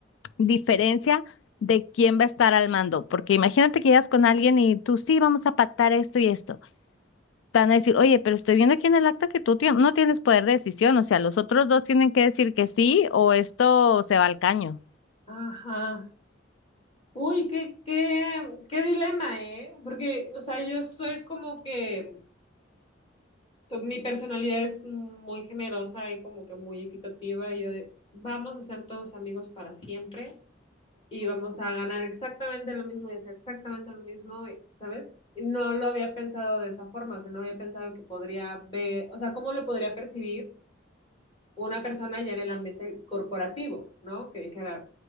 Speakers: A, on the left (about 80°); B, on the left (about 30°).
A: diferencia de quién va a estar al mando, porque imagínate que llegas con alguien y tú sí vamos a pactar esto y esto. Van a decir, oye, pero estoy viendo aquí en el acta que tú tien- no tienes poder de decisión, o sea, los otros dos tienen que decir que sí o esto se va al caño.
B: Ajá. Uy, qué, qué, qué dilema, ¿eh? Porque, o sea, yo soy como que to- mi personalidad es muy generosa y como que muy equitativa. Y yo de, vamos a ser todos amigos para siempre. y vamos a ganar exactamente lo mismo y hacer exactamente lo mismo, ¿sabes? No lo había pensado de esa forma, o sea, no había pensado que podría ver, o sea, cómo lo podría percibir una persona ya en el ambiente corporativo, ¿no? Que dijera,